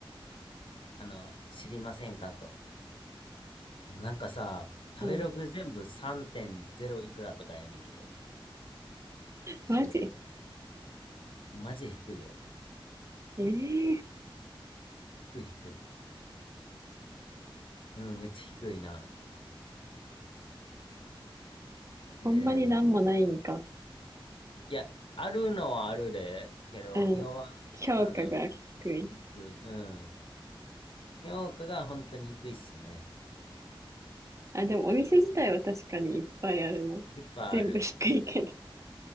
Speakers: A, on the left (about 65°); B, on the right (about 35°).
A: あの、知りませんかと。なんかさ、食べログ全部3.0いくらとかやねんけど。
B: うん。
A: そう。
B: マジ
A: マジ低いよ。
B: ええ
A: 低い低い。うん、めっちゃ低いな。
B: ーほんまになんもないんか。
A: えー、いや、あるのはあるで、けど、
B: うん。
A: 評判、
B: 評価が低い。
A: なんだろう。低い。うん。評価が本当に低いっすね。
B: あ、でもお店自体は確かにいっぱいあるの。
A: いっぱいある。
B: 全部低いけど。